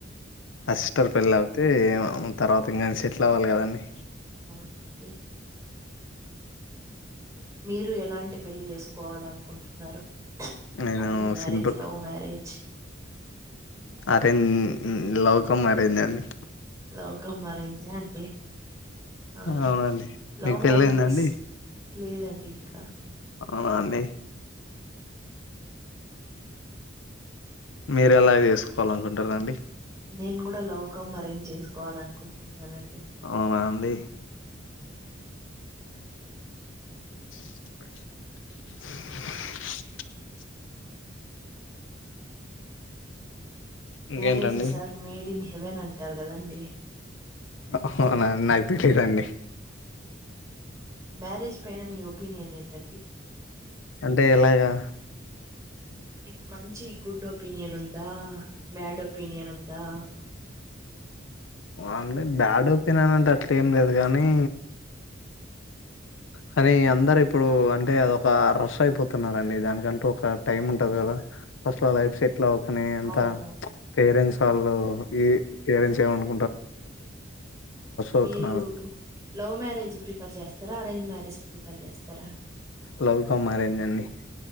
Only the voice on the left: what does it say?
ఆ సిస్టర్ పెళ్ళ అవుతే ఏమో తర్వాత ఇంకా సెటిల్ అవ్వాలి కదండి
నేను
simple
arrange లౌకం అరేంజ్ అండి
అవునండి
మీకు పెళ్ళయిందా
అండి
అవునా అండి మీరెలా చేసుకోవాలి అనుకుంటున్నారండి
అవునా అండి <unintelligible> ఇంకేంటండి
అవునా నాకు తెలిదండి
అంటే ఎలాగా
అంటే బ్యాడ్ ఓపన్న అంటే అట్లే ఏం లేదు కాగానీ కానీ అందరు ఇప్పుడు అంటే అదొక రష్ అయిపోతున్నడి దానికంటూ ఒక టైం ఉంటది కదా అస్సలు
లైఫ్ సెటిల్ అవ్వకని అంత
పేరెంట్స్ వాళ్ళు ఈ పేరెంట్స్ ఏమను అవుతున్నారు
లవ్ కం అరెంజ్ అండి